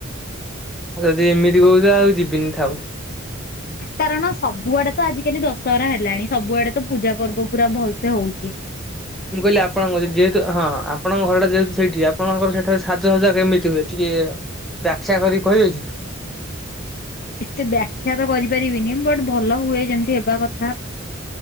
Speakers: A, in the centre; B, on the left.
A: ଆଉ ଯଦି ଏମିତି କହୁଚ ଆଉ ଯିବିନି ଥାଉ।
B: କାରଣ ସବୁଆଡ଼େତ ଆଜିିକାଲି ଦଶହରା ହେଲାଣି ସବୁଆଡ଼େତ ପୂଜା ପର୍ବ ପୁରା ଭଲସେ ହଉଚି। <unintelligible>
A: ମୁଁ କହିଲି ଆପଣଙ୍କ ଯେ ହଁ ହଁ ଆପଣଙ୍କ ଘରଟା ଯେହେତୁ ସେଇଠି ଆପଣଙ୍କର ସେଠାରେ ସାଜସଜା କେମିତି ହୁଏ ଟିକେ ବ୍ଯାଖ୍ୟା କରିକି କହିବେକି?
B: ଏତେ ବ୍ୟାଖ୍ୟାତ କରିପାରିବିନି ବଟ୍ ଭଲ ହୁଏ ଯେମିତି ହେବା କଥା